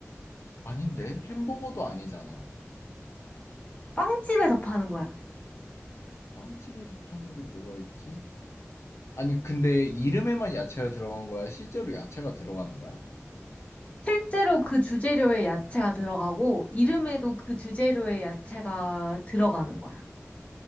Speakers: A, on the left; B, on the left.
A: 아닌데? 햄버거도 아니잖아.
B: 빵집에서 파는 거야.
A: 빵집에서 파는 게 뭐가 있지? 아니, 근데 이름에만 야채가 들어간 거야? 실제로 야채가 들어가는 거야?
B: 실제로 그 주재료에 야채가 들어가고, 이름에도 그 주재료에 야채가 들어가는 거야.